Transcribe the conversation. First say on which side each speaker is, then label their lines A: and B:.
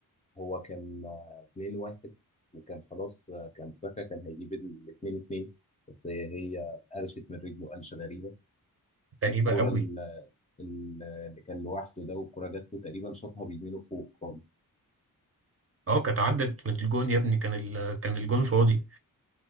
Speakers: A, on the left; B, on the right.
A: هو كان 2-1 وكان خلاص آه، كان ساكا كان هيجيب ال 2-2 بس هي هي قرشت من رجله قرشه غريبه
B: غريبه
A: الكوره
B: قوي
A: ال- ال- اللي كان لوحده ده والكوره جات له تقريبا شاطها بيمينه فوق خالص
B: اه كانت عدت من الجون يا ابني كان ال... كان الجون فاضي